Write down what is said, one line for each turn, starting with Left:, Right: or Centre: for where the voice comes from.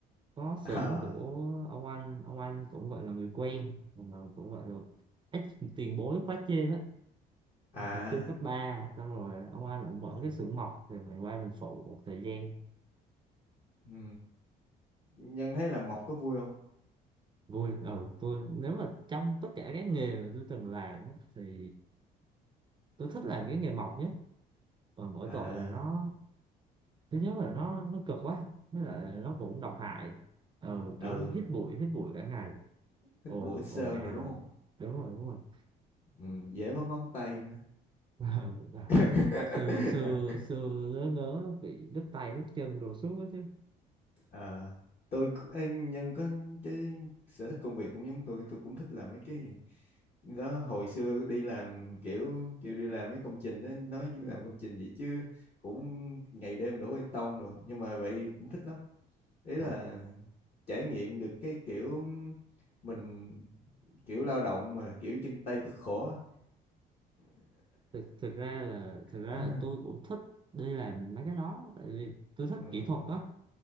Right: có xưởng
Left: Ờ,
Right: của ông anh ông anh cũng gọi là người quen ờ, cũng gọi là ít tiền bối quá trên á
Left: à,
Right: học chung cấp 3, xong rồi ông anh cũng mở
Left: ờ,
Right: cái xưởng mộc thì mình qua mình phụ một thời gian
Left: ừ. nhân thấy làm mộc có vui không
Right: vui ờ tôi nếu mà trong tất cả các nghề mà tôi từng làm á, thì tôi thích làm cái nghề mộc nhất và mỗi
Left: à
Right: tội là nó thứ nhất là nó nó cực quá với lại nó cũng độc hại ừ, kiểu
Left: ừ
Right: hít bụi hít bụi cả ngày
Left: thích
Right: ồn
Left: bụi thích sơn
Right: ồn ào
Left: rồi đúng không
Right: đúng rồi đúng rồi <laughs>
Left: ừ, dễ mất ngón tay nữa
Right: Ừ, à,
Left: <laughs>
Right: xưa xưa xưa nớ nớ bị đứt tay đứt chân đồ suốt đó chứ
Left: Ờ, tôi c- ê, nhân có cái sở thích công việc cũng giống tôi tôi cũng thích làm mấy cái đó hồi xưa đi làm kiểu kiểu đi làm mấy công trình đó nói chứ làm công trình vậy chứ cũng ngày đêm đổ bê tông rồi nhưng mà vậy cũng thích lắm ý
Right: Ờ,
Left: là trải nghiệm được cái kiểu mình kiểu lao động mà kiểu chân tay cực khổ á.
Right: thực, thực ra là thực ra
Left: <laughs>
Right: là tôi cũng thích đi làm mấy cái đó tại vì tôi thích
Left: ừ.
Right: kỹ thuật á